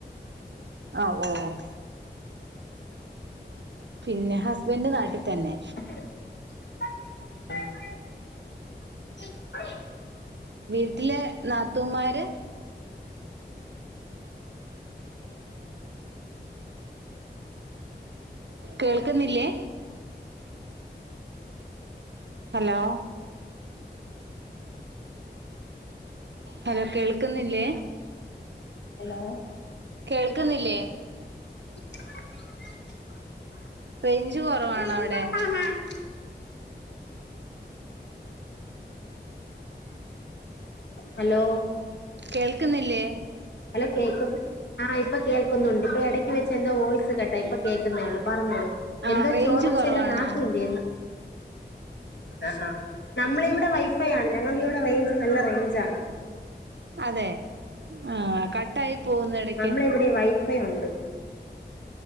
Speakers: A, on the right; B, on the left.
A: ആഹ ഓഹ ഓഹ ഓഹ പിന്നെ ഹസ്ബൻഡ് നാട്ടിൽ തന്നെ
B: <inaudible>
A: വീട്ടിലെ നാത്തൂമാര് <inaudible> കേൾക്കുന്നില്ലേ? ഹലോ ഹലോ കേൾക്കുന്നില്ലേ?
B: ഹലോ
A: കേൾക്കുന്നില്ലേ
B: <inaudible>
A: റേഞ്ച് കുറവാണോ അവിടെ
B: ഹലോ
A: കേൾക്കുന്നില്ലേ
B: ഹലോ കേക്കും ആഹ് ഇപ്പൊ കേൾക്കുന്നുണ്ട് ഇപ്പൊ ഇടയ്ക്ക് വെച്ച എന്തോ വോയിസ് കേട്ടാ ഇപ്പൊ കേൾക്കുന്നേ ഉള്ളൂ പറഞ്ഞോളൂ
A: ആഹ്
B: എന്തോ
A: റേഞ്ച്
B: ചോദിച്ചല്ലോ
A: കുറവാണാ
B: നാത്തൂന്റൊ ആ നമ്മള ഇവിടെ വൈഫൈ ആണ് ഞങ്ങൾക്ക് ഇവിടെ റേഞ്ച് നല്ല റേഞ്ച്ാണ്
A: അതെ ആ കട്ടായി പോകുന്നു ഇടക്ക്
B: നമ്മളെ ഇവിടെ വൈഫൈ ഉണ്ട്